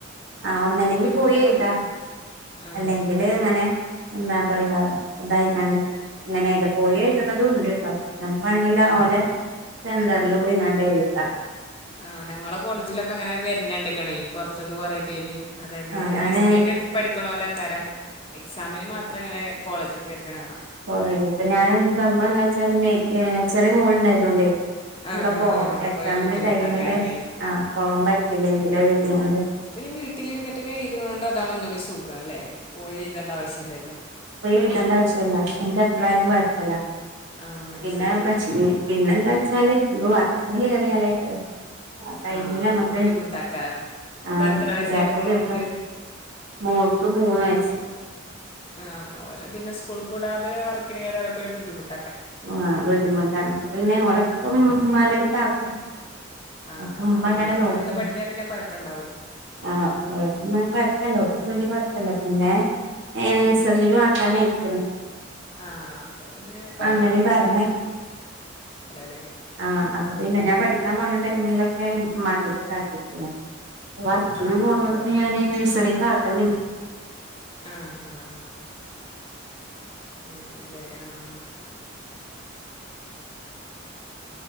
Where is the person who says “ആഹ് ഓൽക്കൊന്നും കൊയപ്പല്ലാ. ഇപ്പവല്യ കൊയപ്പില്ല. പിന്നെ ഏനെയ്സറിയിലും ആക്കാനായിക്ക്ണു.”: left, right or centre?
Right